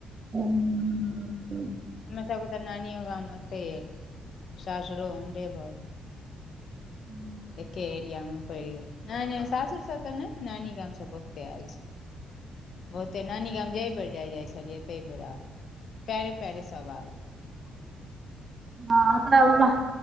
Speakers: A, on the right; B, on the left.
A: हुं, हुं, हुं
B: हमे सबके तऽ 'नानियो गाम होते है। सासुरो उमरे बहुत
A: हूँ <unintelligible>
B: एके एरिया मे पड़ि गेल न सासुर सब तऽ'नहि नानी ग हम सब बहुते आयल छी। ओते नानी गाम जय परर जाइ, जाइ छल त बरब जा पेरे पेरे सब आ, जा
A: ह त <unintelligible>